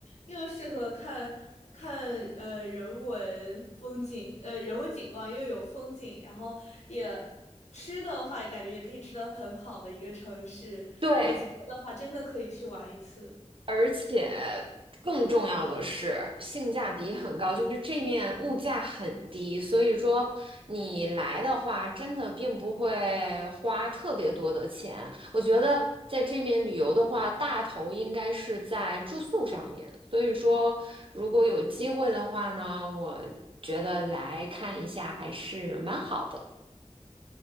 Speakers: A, on the left (about 75°); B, on the right (about 50°).
A: 又适合看看呃人文风景，呃人文景观又有风景，然后也吃的话，也感觉也可以吃的很好的一个城市。
B: 对，
A: 有机会的话，真的可以去玩一次。
B: 而且更重要的是性价比很高，就是这面物价很低，所以说你来的话，真的并不会花特别多的钱。我觉得在这面旅游的话，大头应该是在住宿上面，所以说如果有机会的话呢，我觉得来看一下还是蛮好的。